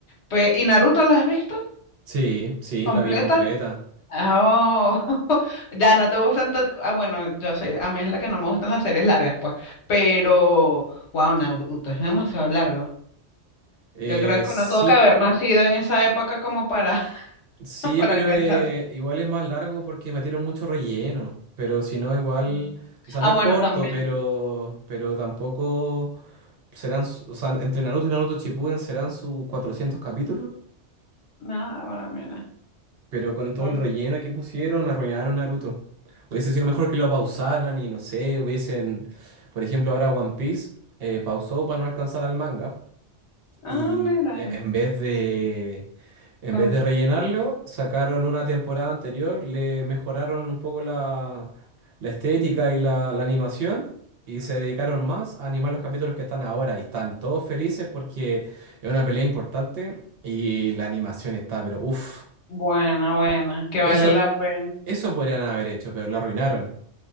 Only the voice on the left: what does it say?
Pe- ¿y Naruto la has visto?
¿Completa?
Oh, <laughs> ya no te gustan. tan- Ah, bueno, yo soy. A mí es la que no me gustan las series largas, pues. Pero, wow, Naruto es demasiado largo.
Yo creo que
uno tuvo que haber nacido en esa época como para, <laughs>
para
engancharse.
Ujú.
Ah,
bueno,
también.
No, bueno, mira.
Va.
Ah,
mira.
Con,
Buena, buena, que vale
la pena.